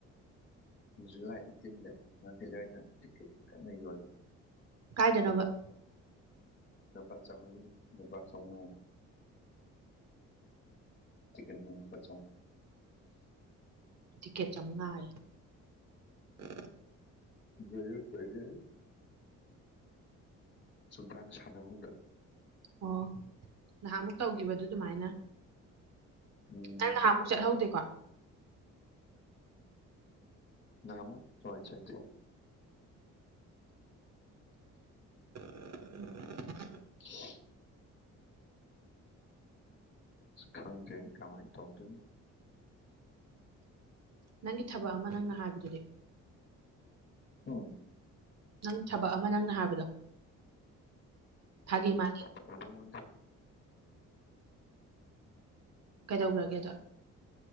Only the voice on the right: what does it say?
ꯀꯥꯏꯗꯅꯣꯅꯕ
ꯇꯤꯀꯦꯠ ꯆꯉꯏ ꯎ
ꯑꯣ ꯅꯍꯥꯟꯃꯨꯛ ꯇꯧꯈꯤꯕꯗꯨ ꯑꯗꯨꯃꯥꯏꯅ
ꯅꯪ ꯅꯍꯥꯟꯃꯨꯛ ꯆꯠꯍꯧꯗꯦꯣ
ꯑ
ꯅꯪꯒꯤ ꯊꯕꯛ ꯑꯃ ꯅꯪꯅ ꯍꯥꯏꯕꯗꯨꯗꯤ
ꯅꯪ ꯊꯕꯛ ꯑꯃ ꯅꯪꯅ ꯍꯥꯏꯕꯗꯣ ꯐꯒꯤ ꯃꯥ
ꯀꯩꯗꯧꯈ꯭ꯔꯒꯦꯗꯣ